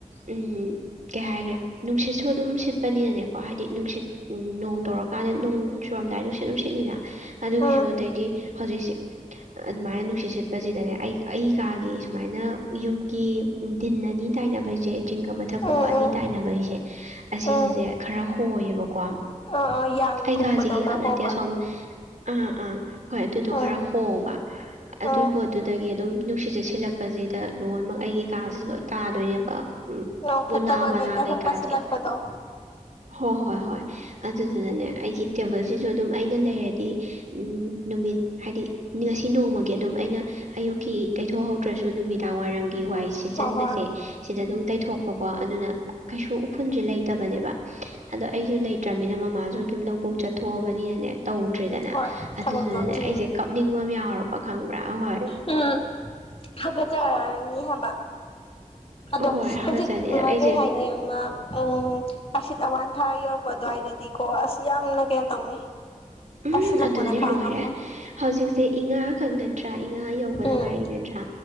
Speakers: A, on the right (about 70°); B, on the left (about 45°).
A: ꯎꯝ ꯀꯩ ꯍꯥꯏꯒ꯭ꯔꯦ ꯅꯨꯡꯁꯤꯠꯁꯨ ꯑꯗꯨꯝ ꯁꯤꯠꯄꯅꯤꯅꯅꯦ ꯀꯣ ꯍꯥꯏꯗꯤ ꯅꯨꯡꯁꯤꯠ ꯎꯝ ꯅꯣꯡ ꯇꯧꯔꯀꯥꯟꯗ ꯅꯨꯡ ꯆꯨꯔꯝꯗꯥꯏ ꯅꯨꯡꯁꯤꯠ ꯑꯗꯨꯝ ꯁꯤꯠꯂꯤꯅ ꯑꯗꯨꯒꯤꯖꯨ
B: ꯎꯝ
A: ꯑꯗꯩꯗꯤ ꯍꯧꯖꯤꯛꯁꯤ ꯑꯗꯨꯃꯥꯏꯟ ꯅꯨꯡꯁꯤꯠ ꯁꯤꯠꯄꯖꯤꯗꯅꯦ ꯑꯩ ꯑꯩ ꯀꯥꯒꯤ ꯁꯨꯃꯥꯏꯅ ꯌꯨꯝꯒꯤ ꯗꯤꯟ ꯑꯅꯤ ꯇꯥꯏꯅꯕꯩꯖꯦ ꯖꯤꯡꯒ ꯃꯊꯛ ꯀꯨꯞꯄ
B: ꯎꯝ ꯎꯝ
A: ꯑꯅꯤ
B: ꯎꯝ
A: ꯇꯥꯏꯅꯕꯩꯖꯦ ꯑꯁꯤꯖꯤꯖꯦ
B: ꯎꯝ
A: ꯈꯔ ꯍꯣꯏꯌꯦꯕꯀꯣ
B: ꯑꯥ ꯑꯥ ꯌꯥꯡ
A: ꯑꯩ
B: ꯀꯨꯞꯄꯗꯣ
A: ꯀꯥꯖꯤꯒꯤ
B: ꯈꯔ
A: ꯈꯛ ꯅꯠꯇꯦ
B: ꯍꯣꯕ
A: ꯑꯁꯣꯝ ꯑꯥ ꯑꯥ ꯍꯣꯏ ꯑꯗꯨꯗꯣ
B: ꯎꯝ
A: ꯈꯔ ꯍꯣꯕ ꯑꯗꯨꯏ
B: ꯎꯝ
A: ꯄꯣꯠꯇꯨ ꯇꯒꯤ ꯑꯗꯨꯝ ꯅꯨꯡꯁꯤꯠꯖꯦ ꯁꯤꯜꯂꯛꯄꯖꯤꯗ ꯂꯣꯏꯃꯛ ꯑꯩꯒꯤ ꯀꯥꯥꯖꯤꯖꯨ ꯂꯣꯏ ꯇꯥꯗꯣꯏꯅꯦꯕ ꯎꯝ
B: ꯅꯣꯡ
A: ꯄꯣꯅꯥ
B: ꯐꯠꯇꯕ
A: ꯋꯥꯅ
B: ꯀꯩꯀꯥ
A: ꯀꯩꯀꯥꯖꯦ
B: ꯁꯨꯝ ꯄꯥꯏꯁꯤꯜꯂꯛꯄꯗꯣ
A: ꯍꯣ ꯍꯣꯏ ꯍꯣꯏ ꯑꯗꯨꯗꯨꯅꯅꯦ ꯑꯩꯒꯤ ꯇꯦꯕꯜ ꯖꯤꯖꯨ ꯑꯗꯨꯝ ꯑꯩꯅ ꯂꯩꯔꯗꯤ ꯎꯝ ꯅꯨꯃꯤꯠ ꯍꯥꯏꯗꯤ ꯅꯤ ꯉꯁꯤ ꯅꯣꯡꯃꯒꯤ ꯑꯗꯨꯝ ꯑꯩꯅ ꯑꯌꯨꯛꯀꯤ ꯇꯩꯊꯣꯛꯍꯧꯗ꯭ꯔꯁꯨ ꯅꯨꯃꯤꯗꯥꯡ ꯋꯥꯏꯔꯝꯒꯤ ꯋꯥꯏꯁꯤ ꯆꯤꯆꯟꯕꯖꯦ
B: ꯍꯣꯏ ꯍꯣꯏ
A: ꯁꯤꯗ ꯑꯗꯨꯝ ꯇꯩꯊꯣꯛꯄꯀꯣ ꯑꯗꯨꯅ ꯀꯩꯁꯨ ꯎꯐꯨꯟꯖꯦ ꯂꯩꯇꯕꯅꯦꯕ ꯑꯗꯣ ꯑꯩꯖꯨ ꯂꯩꯇ꯭ꯔꯃꯤꯅ ꯃꯃꯥꯖꯨ ꯑꯗꯨꯝ ꯂꯧꯕꯨꯛ ꯆꯠꯊꯣꯛꯑꯕꯅꯤꯅꯅꯦ ꯇꯧꯗ꯭ꯔꯦꯗꯅ
B: ꯍꯣꯏ
A: ꯑꯗꯨꯗꯨꯅꯅꯦ
B: ꯊꯕꯛꯇꯣ ꯆꯤꯟ
A: ꯑꯩꯖꯦ ꯀꯞꯅꯤꯡꯕ ꯑꯝ ꯌꯥꯎꯔꯕ ꯈꯪꯕ꯭ꯔꯥ ꯍꯣꯏ
B: ꯎꯝ ꯍꯥꯀ ꯆꯔꯅꯤ ꯍꯕ ꯑꯗꯣ
A: ꯍꯣꯏ ꯍꯥꯒꯠꯆꯅꯤꯅ
B: ꯍꯧꯖꯤꯛ ꯑꯃ
A: ꯑꯩꯁꯦ
B: ꯀꯩ ꯍꯥꯏꯅꯤ ꯑꯃꯥ ꯑ ꯑꯁꯤꯠ ꯑꯋꯥꯟꯊꯥ ꯌꯧꯔꯛꯄ ꯑꯗ꯭ꯋꯥꯏꯗꯗꯤ ꯀꯣ ꯑꯁ ꯌꯥꯝꯅ ꯀꯩꯅꯣ ꯇꯧꯅꯤ
A: ꯎꯝ
B: ꯄꯥꯏꯁꯤꯜꯂꯛꯄꯅ
A: ꯑꯗꯨꯗꯗꯤ
B: ꯈꯥꯡ
A: ꯂꯣꯏꯔꯦ
B: ꯉꯝꯃꯣꯏ
A: ꯍꯧꯖꯤꯛꯖꯦ ꯏꯉꯥꯈꯛ ꯅꯠꯇ꯭ꯔꯥ ꯏꯉꯥ ꯌꯧꯕꯗ
B: ꯎꯝ
A: ꯉꯥꯏꯔꯤ ꯅꯠꯇ꯭ꯔꯥ